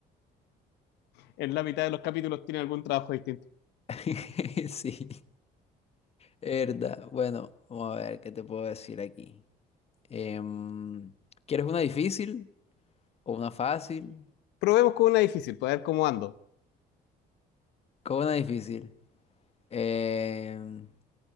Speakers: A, on the left; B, on the left.
A: En la mitad de los capítulos tiene algún trabajo distinto.
B: bien. <laughs> Sí, es verdad. Bueno, vamos a ver qué te puedo decir aquí. Em, ¿quieres una difícil o una fácil?
A: Probemos con una difícil, para ver cómo ando.
B: ¿Cómo una difícil? Em,